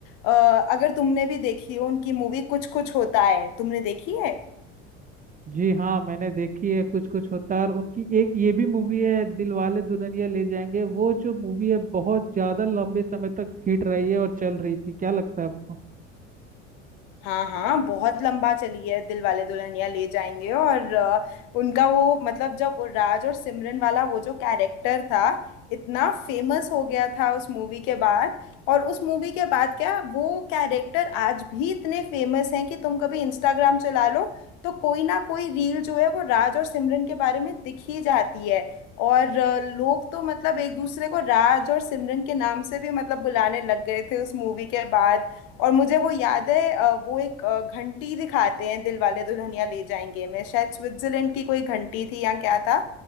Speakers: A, on the left; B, on the right.
A: अ, अगर तुमने भी देखी हो उनकी मूवी कुछ कुछ होता है तुमने देखी है
B: जी हाँ मैंने देखी है कुछ कुछ होता है और उनकी एक ये भी मूवी है दिलवाले दुल्हनिया ले जाएंगे वो जो मूवी है बहुत ज्यादा लंबे समय तक हिट रही है और चल रही थी क्या लगता है आपको
A: हाँ हाँ बहुत लंबा चली है दिल वाले दुल्हनिया ले जाएंगे और अ, उनका वो मतलब जब वो राज और सिमरन वाला वो जो कैरेक्टर था इतना फेमस हो गया था उस मूवी के बाद और उस मूवी के बाद क्या वो कैरेक्टर आज भी इतने फेमस हैं कि तुम कभी इंस्टाग्राम चला लो तो कोई ना कोई रील जो है वो राज और सिमरन के बारे में दिख ही जाती है और अ, लोग तो मतलब एक दूसरे को राज और सिमरन के नाम से भी मतलब बुलाने लग गए थे उस मूवी के बाद और मुझे वो याद है अ, वो एक अ, घंटी दिखाते हैं दिल वाले दुल्हनिया ले जाएंगे में शायद स्विट्जरलैंड की कोई घंटी थी या क्या था